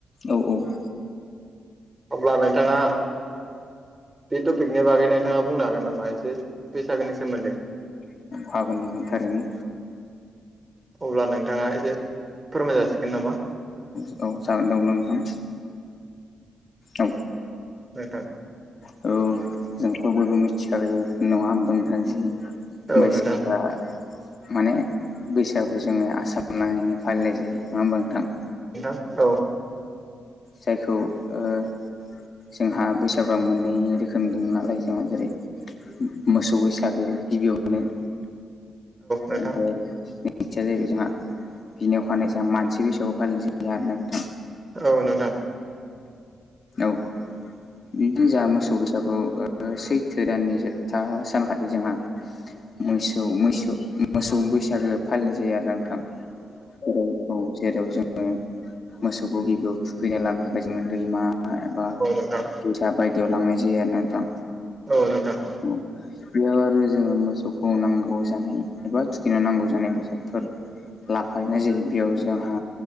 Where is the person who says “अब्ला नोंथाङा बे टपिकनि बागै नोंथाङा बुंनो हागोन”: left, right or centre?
Right